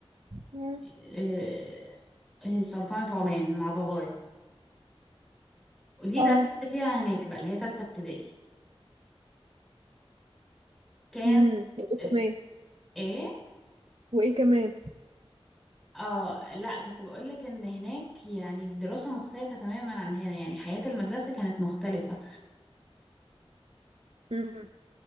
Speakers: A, on the right; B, in the centre.
A: مم.
B: أه آه، سلطنة عمان مع بابايا ودي
A: اه
B: درست فيها هناك بقى اللي هي تالتة ابتدائي كان
A: امم وايه
B: أه
A: كمان
B: إيه؟
A: وايه كمان
B: اه لا كنت بقولك ان هناك يعني الدراسة مختلفة تماما عن هنا يعني حياة المدرسة كانت مختلفة
A: امم